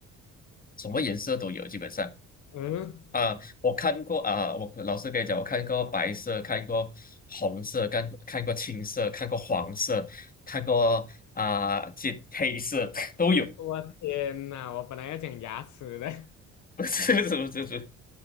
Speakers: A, on the left; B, on the left.
A: 什么颜色都有，基本上。
B: 嗯。
A: 啊，我看过啊，我老师跟你讲，我看过白色，看过红色，看看过青色，看过黄色，看过啊，这黑色 <laughs> 都有。<laughs>
B: 我天呐，我本来要讲牙齿的，<laughs>
A: 不是不是不是不是，